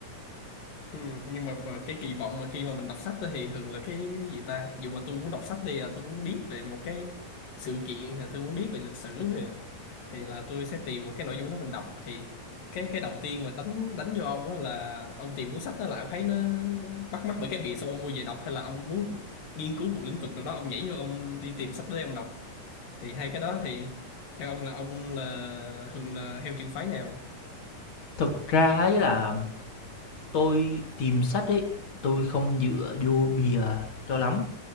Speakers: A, on the left; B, on the left.
A: Ừ, nhưng mà, mà cái kỳ vọng mà khi mà mình đọc sách đó thì thường là cái gì ta dù mà tôi muốn đọc sách đi là tôi muốn biết về một cái sự kiện là tôi muốn biết về lịch sử nè thì là tôi sẽ tìm một cái nội dung đó mình đọc thì cái cái đầu tiên mà đánh đánh vô ông đó là ông tìm cuốn sách đó là ông thấy nó bắt mắt bởi cái bìa xong ông mua về đọc hay là ông muốn nghiên cứu một lĩnh vực nào đó ông nhảy vô ông đi tìm sách để ông đọc thì hai cái đó thì theo ông là ông là thường là theo trường phái nào
B: Thực ra ấy là Tôi tìm sách ấy, tôi không dựa vô bìa cho lắm.